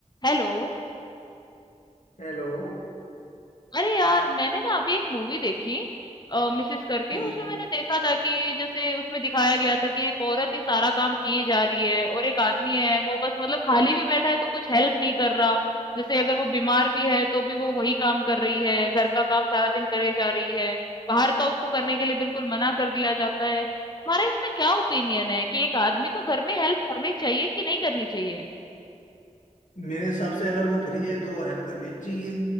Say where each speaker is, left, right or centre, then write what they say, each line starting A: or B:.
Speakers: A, on the left; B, on the left.
A: Hello
B: हेलो
A: अरे यार मैंने ना अभी एक मूवी देखी मिसेस करके
B: हम्म,
A: उसमें मैंने देखा था कि जैसे उसमें दिखाया गया था कि एक औरत ही सारा काम किए जा रही है और एक आदमी है वो बस मतलब खाली भी बैठा है तो कुछ हेल्प नहीं कर रहा जैसे अगर वो बीमार भी है तो भी वो वही काम कर रही है घर का काम सारा दिन करे जा रही है बाहर का उसको करने के लिए बिल्कुल मना कर दिया जाता है तुम्हारा इसमें क्या ओपिनियन है कि एक आदमी को घर में हेल्प करनी चाहिए कि नहीं करनी चाहिए
B: मेरे हिसाब से अगर वो फ्री है तो हेल्प करनी चाहिए